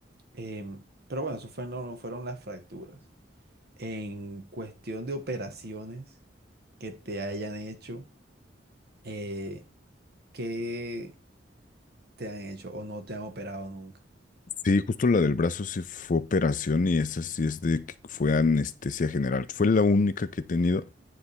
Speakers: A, on the right; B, on the left.
A: Em, pero bueno, eso fue, no, fueron las fracturas. En cuestión de operaciones que te hayan hecho, eh, ¿qué te han hecho o no te han operado nunca?
B: Sí, justo la del brazo sí fue operación y esa sí es de que fue anestesia general. Fue la única que he tenido